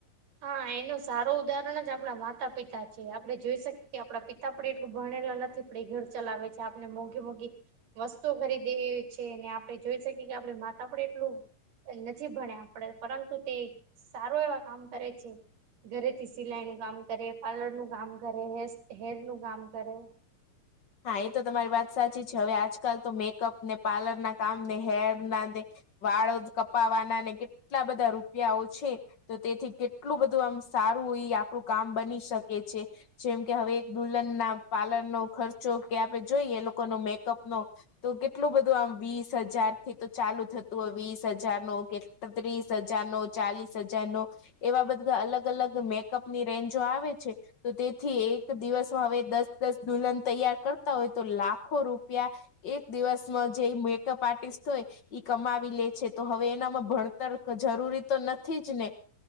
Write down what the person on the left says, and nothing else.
હા એ તો તમારી વાત સાચી છે હવે આજકાલ તો મેકઅપ ને, પાર્લર ના કામ ને, હેર ના ને વાળ કપાવાના ને કેટલા બધા રૂપિયાઓ છે તો તેથી કે એટલું બધું આમ સારું એ આપણું કામ બની શકે છે. જેમ કે હવે એક દુલ્હન ના પાર્લરનો ખર્ચો કે આપે જોઈએ એ લોકોનો મેકઅપ નો તો કેટલું બધું આમ વીસ હજાર થી તો ચાલુ થતું હોય વીસ હજાર નું કે ત્રીસ હજાર નો, ચાલીસ હજાર નો. એવા બધા અલગ-અલગ મેકઅપની રેન્જો આવે છે. તો તેથી એક દિવસમાં, હવે દસ-દસ દુલ્હન તૈયાર કરતા હોય તો, લાખો રૂપિયા. એક દિવસમાં જે મેકઅપ આર્ટિસ્ટ હોય. ઈ કમાવી લે છે, તો હવે એનામાં ભણતર જરૂરી તો નથી જ ને.